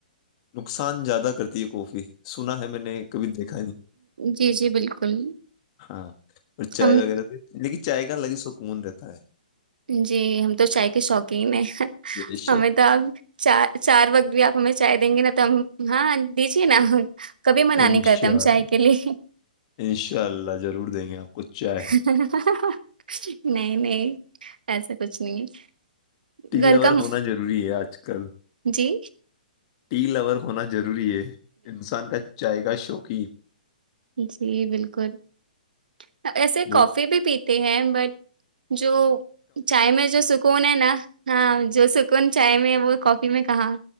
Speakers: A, on the left; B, on the right.
A: نقصان زیادہ کرتے کوفی سنا ہے میں نے کبھی دیکھا نہیں
B: جی جی بالکل
A: ہاں اور چائے
B: ہم
A: وغیرہ لیکن چائے کا الگ ہی سکون رہتا ت <unintelligible>
B: جی ہم تو چائے کے شوقین ہیں
A: بے شک
B: ہمیں تو آپ چار چار وقت بھی آپ ہمیں چائے دیں گے نا ت ہاں دیجے نا کبھی منع
A: انشاء
B: نہیں کرتے ہم
A: اللہ
B: چائے کے لیے
A: انشاء اللہ ضرور دیں گے آپ کو چائے
B: ہا ہا نہیں نہیں ایسا کچھ نہیں ہے <inaudible>
A: ٹگ
B: گھر
A: لور
B: کا م-
A: ہونا ضروری ہے آج کل
B: جی
A: ٹی لور ہونا ضروری <unintelligible> ضروری ہے انسان کا چائے گ شوق اکی
B: ج جی بالکل کول ایسے
A: وہ
B: کافی بھی پیتی ہیں بٹ جو چائے میں جو سکون ہے نا ہاں جو سکون چائے میں وہ کافی میں کہاں